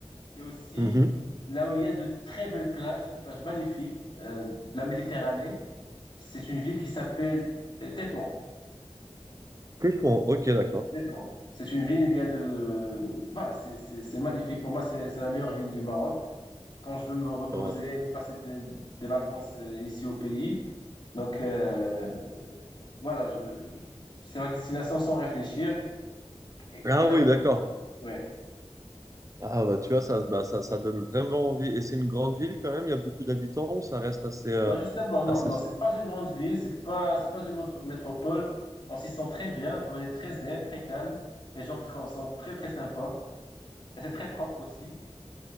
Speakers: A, on the left; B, on the right.
A: et aussi
B: Mhm.
A: là où il y a de très belles plages, des plages magnifiques euh, de la Méditerranée. C'est une ville qui s'appelle euh, Tétouan.
B: Tétouan, ok, d'accord.
A: Tétouan. C'est une ville où il y a de... Voilà, c'est c'est- c'est magnifique. Pour moi, c'est c'est la meilleure ville du Maroc. Quand je veux me reposer
B: Oh.
A: ou passer des, des vacances euh, ici au pays, donc euh, voilà, je, je- c'est ma destination sans réfléchir. Et-
B: Ah
A: elle
B: oui,
A: a-
B: d'accord.
A: ouais.
B: Ah bah tu vois, ça, bah, ça, ça donne vraiment envie. Et c'est une grande ville quand même, il y a beaucoup d'habitants ou ça reste assez, euh,
A: Ben justement, non,
B: assez...
A: non, c'est pas une grande ville, c'est pas, c'est pas une motro- métropole. On s'y sent très bien, on est très zen, très calme. Les gens tra- sont très très sympas. Et c'est très propre aussi.